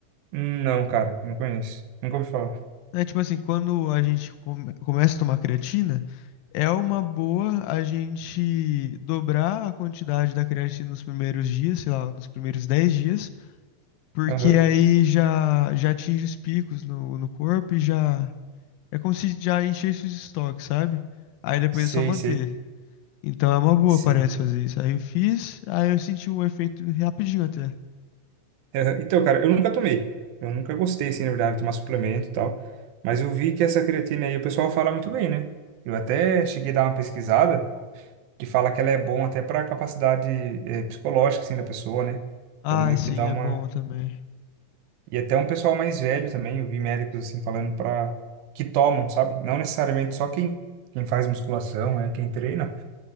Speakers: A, on the right; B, on the left.
A: Hum, Não, cara, não conheço. Nunca ouvi falar.
B: É tipo assim, quando a gente come- começa a tomar creatina. É uma boa a gente dobrar a quantidade da creatina nos primeiros dias, sei lá, nos primeiros 10 dias, porque
A: Aham,
B: aí já, já atinge os picos no, no corpo e já. É como se já enchesse os estoques, sabe? Aí depois
A: sei,
B: é só manter.
A: sei,
B: Então é uma boa,
A: sei.
B: parece fazer isso. Aí eu fiz, aí eu senti um efeito rapidinho até.
A: Aham, Então, cara, eu nunca tomei. Eu nunca gostei, assim, na verdade, de tomar suplemento e tal. Mas eu vi que essa creatina aí, o pessoal fala muito bem, né? Eu até cheguei a dar uma pesquisada que fala que ela é bom até para capacidade eh, psicológica, assim, da pessoa, né?
B: Ah,
A: Então, meio
B: sim,
A: que dá uma
B: é bom também.
A: E até um pessoal mais velho também, eu vi médicos assim falando para que tomam, sabe? Não necessariamente só quem, quem faz musculação, é quem treina,